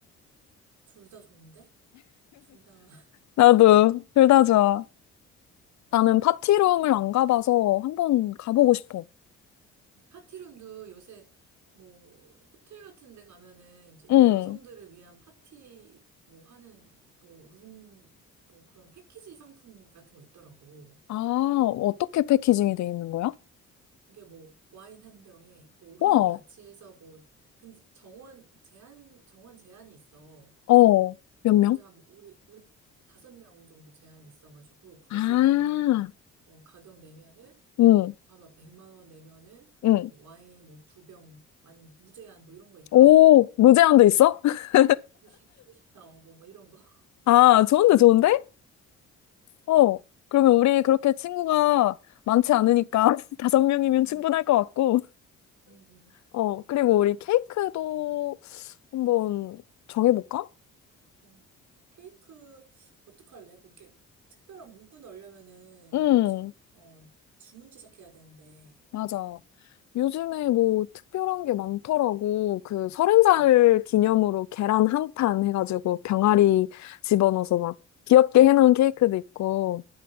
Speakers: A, on the right; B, on the left.
A: 둘 다 좋은데? 둘 다, <laughs>
B: 나도 둘 다 좋아. 나는 파티룸을 안 가봐서 한번 가보고
A: 음.
B: 싶어.
A: 파티룸도 요새, 뭐, 호텔 같은 데 가면은 이제
B: 응.
A: 여성들을 위한 파티, 뭐 하는, 뭐, 룸, 뭐 그런 패키지 상품 같은 거 있더라고.
B: 아, 어떻게 패키징이 돼 있는 거야?
A: 이게 뭐, 와인 한 병에, 뭐, 룸
B: 와,
A: 같이 해서 뭐, 근데 정원, 제한, 정원 제한이 있어.
B: 어, 몇 명?
A: 그래서 한뭐 우리, 우리 다섯 명 정도 제한이 있어가지고, 거기에
B: 아,
A: 대해서 좀, 어, 가격 내면은,
B: 응,
A: 아마 100만 원 내면은 거기서
B: 응.
A: 뭐 와인 뭐 두 병 아니면 뭐 무제한 뭐 이런 거 있더라고.
B: 오, 무제한도 있어? <laughs>
A: 조식 조식 나오고 뭐 이런 거. <laughs>
B: 아, 좋은데, 좋은데? 어, 그러면 우리 그렇게 친구가 많지 않으니까 <laughs> 다섯 명이면
A: 음.
B: 충분할 것 같고.
A: 음.
B: 어, 그리고 우리 케이크도 한번 정해볼까?
A: 음. 어. 케이크 어떡할래? 뭐 이렇게 특별한 문구 넣으려면은
B: 응,
A: 어 주문 제작해야 되는데.
B: 맞아. 요즘에 뭐 특별한 게 많더라고. 그 서른
A: 음.
B: 살 기념으로 계란 한 판 해가지고 병아리 집어넣어서 막 귀엽게 해놓은 케이크도 있고.